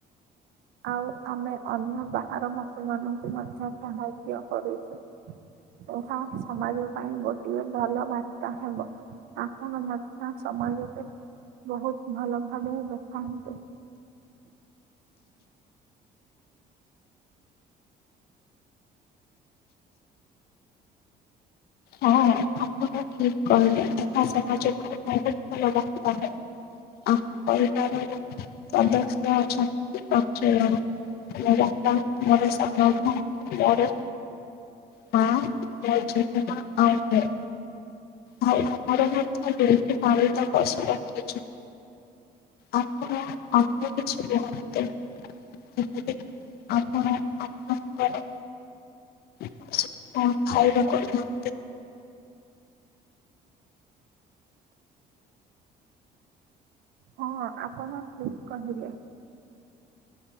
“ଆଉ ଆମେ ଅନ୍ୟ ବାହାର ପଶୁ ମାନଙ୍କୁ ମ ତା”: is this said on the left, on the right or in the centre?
Right